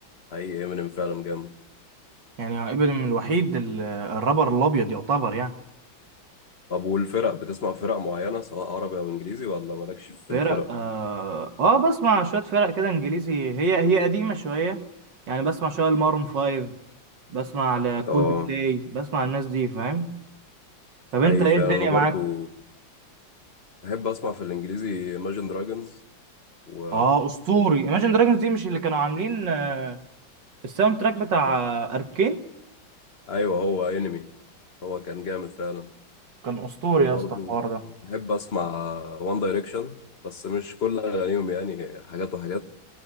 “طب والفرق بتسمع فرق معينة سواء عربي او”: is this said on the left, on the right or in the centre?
Left